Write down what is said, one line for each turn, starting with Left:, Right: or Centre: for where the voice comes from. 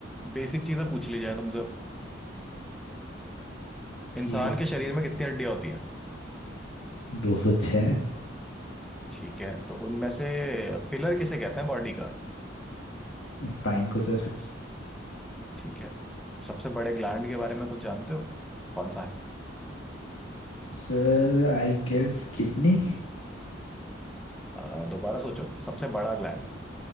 Centre: बेसिक चीजें पूछ ली जाए तुमसे
Left: ठीक
Centre: इंसान
Left: है सर
Centre: के शरीर में कितनी हड्डियां होती हैं
Left: दो सौ छः
Centre: ठीक है तो उनमें से पिलर किसे कहते हैं बॉडी का
Left: स्पाइन को sir
Centre: ठीक है सबसे बड़े ग्लैंड के बारे में कुछ जानते हो कौन सा है
Left: Sir I guess kidney
Centre: आ, दोबारा सोचो सबसे बड़ा ग्लैंड